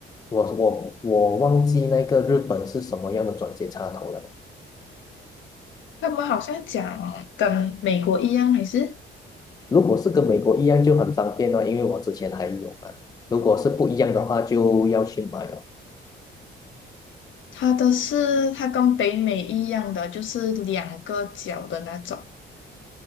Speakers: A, on the left; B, on the left.
A: 我我我忘记那个日本是什么样的转接插头了。
B: 他们好像讲跟美国一样，还是
A: 如果是跟美国一样就很方便哦，因为我之前还有嘛。如果是不一样的话，就要去买哦。
B: 它的是它跟北美一样的，就是两个角的那种。